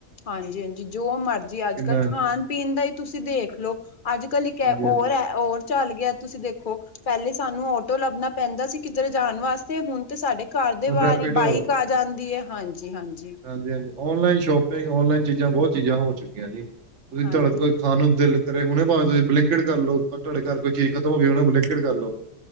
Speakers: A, on the left; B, on the right.
A: ਹਾਂਜੀ ਹਾਂਜੀ ਜੋ ਮਰਜੀ
B: ਕਿੰਨਾ
A: ਅੱਜ ਕੱਲ ਖਾਣ ਪੀਣ ਦਾ ਹੀ ਤੁਸੀਂ ਦੇਖ ਲੋ ਅੱਜ ਕੱਲ੍ਹ ਇੱਕ ਹੈ
B: ਹਾਂਜੀ
A: ਹੋਰ
B: ਹਾਂਜੀ
A: ਹੈ ਹੋਰ ਚੱਲ ਗਿਆ ਤੁਸੀਂ ਦੇਖੋ ਪਹਿਲੇ ਸਾਨੂੰ ਆਟੋ ਲੱਭਣਾ ਪੈਂਦਾ ਸੀ ਕਿੱਧਰ ਜਾਣ ਵਾਸਤੇ ਹੁਣ ਤੇ ਸਾਡੇ ਘਰ ਦੇ
B: ਹੁਣ
A: ਬਾਹਰ
B: ਰੈਪਿਡੋ
A: ਈ ਬਾਈਕ ਆ ਜਾਂਦੀ ਐ। ਹਾਂਜੀ-ਹਾਂਜੀ।
B: ਹਾਂਜੀ-ਹਾਂਜੀ। ਓਨਲਾਈਨ ਸ਼ੋਪਿੰਗ, ਔਨਲਾਈਨ ਚੀਜ਼ਾਂ ਬਹੁਤ ਚੀਜ਼ਾਂ ਹੋ ਚੁੱਕਿਆ ਜੀ। ਤੁਸੀਂ
A: ਹਾਂਜੀ,
B: ਤੁਹਾਡਾ ਕੋਈ ਖਾ ਨੂੰ ਦਿਲ ਘਰੇ ਹੁਣੇ ਭਾਵੇਂ ਤੁਹੀ ਬਲਿੰਕਿਟ ਕਰਲੋ ਤੁਹਾਡੇ ਘਰ ਕੋਈ ਚੀਜ਼ ਖਤਮ ਹੋ ਗੀ ਬਲਿੰਕਿਟ ਕਰ ਲੋ।